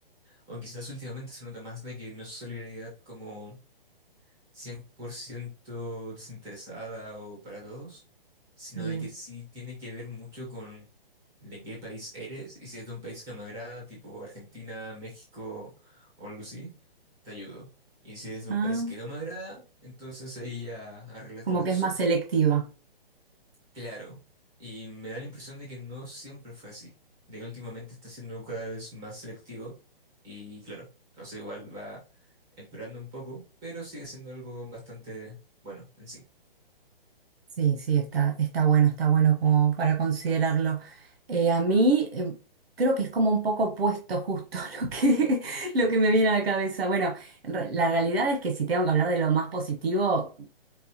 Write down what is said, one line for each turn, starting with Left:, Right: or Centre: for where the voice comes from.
Centre: o quizás últimamente se nota más de que no es solidaridad como 100% desinteresada o para todos, sino
Right: Bien.
Centre: de que sí tiene que ver mucho con de qué país eres y si es de un país que me agrada, tipo Argentina, México o algo así, te ayudo. Y si es de
Right: Ah,
Centre: un país que no me agrada, entonces ahí ya arréglatela
Right: como
Centre: tú
Right: que es
Centre: solo.
Right: más selectiva.
Centre: Claro, y me da la impresión de que no siempre fue así, de que últimamente está siendo cada vez más selectivo y claro, entonces igual va empeorando un poco, pero sigue siendo algo bastante bueno en sí.
Right: Sí, sí, está, está bueno, está bueno como para considerarlo. Eh, a mí eh, creo que es como un poco opuesto justo <laughs> lo que, lo que me viene a la cabeza. Bueno, re- la realidad es que si tengo que hablar de lo más positivo,